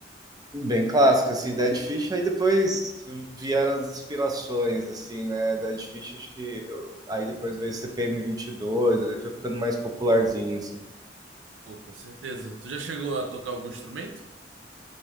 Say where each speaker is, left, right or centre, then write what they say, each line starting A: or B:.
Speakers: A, on the right; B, on the right.
A: bem clássico, assim, Dead Fish, aí depois vieram as inspirações, assim, né? Dead Fish, acho que. eu- aí depois veio CPM 22, aí foi ficando mais popularzinho, assim.
B: Pô, com certeza. Tu já chegou a tocar algum instrumento?